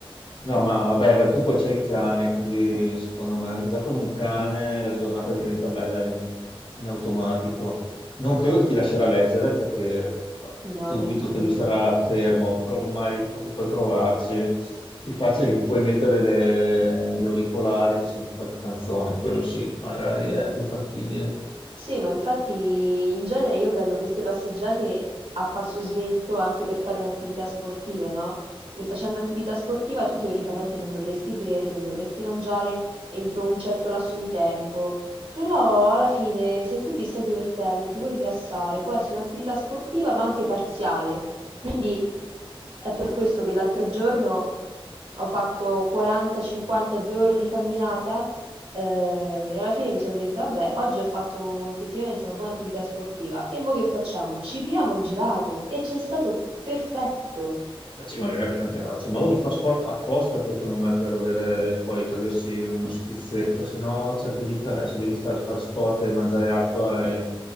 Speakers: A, on the left; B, on the right.
A: No, ma vabbè, vai, tu poi c'hai il cane, quindi secondo me già con un cane la giornata diventa bella in, in automatico. Non credo che ti lascerà leggere perché no,
B: No,
A: dubito
B: neanch'io.
A: che lui sarà fermo, però magari pu- puoi provarci. Più facile che ti puoi mettere le- gli auricolari, ti senti qualche canzone, quello sì, magari è più fattibile.
B: Sì, ma infatti in genere io prendo queste passeggiate a passo svelto anche per fare un'attività sportiva, no? E facendo attività sportiva tu teoricamente non dovresti bere, non dovresti mangiare entro un certo lasso di tempo, però alla fine se tu ti stai divertendo, ti vuoi rilassare, può essere un'attività sportiva ma anche parziale. Quindi è per questo che l'altro giorno ho fatto 40-52 ore di camminata eh, e alla fine mi sono detta, vabbè, oggi ho fatto effettivamente una buona attività sportiva. E mo che facciamo? Ci piamo il gelato e c'è stato perfetto.
A: Ma ci mancherebbe anche altro, ma uno fa sport apposta per- secondo me per avere, poi togliersi uno schizzetto, se no cioè, che vita è, se devi stare a fare sport e mangiare acqua e,